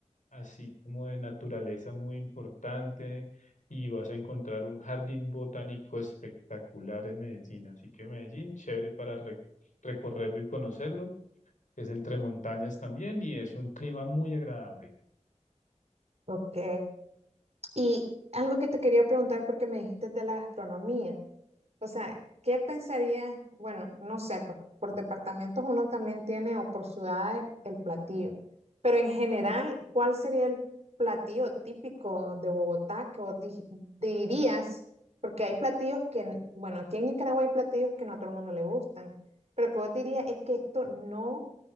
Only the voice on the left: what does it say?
así como de naturaleza muy importante y vas a encontrar un jardín botánico espectacular en Medellín. Así que Medellín, chévere para re- recorrerlo y conocerlo. Es entre montañas también y es un clima muy agradable.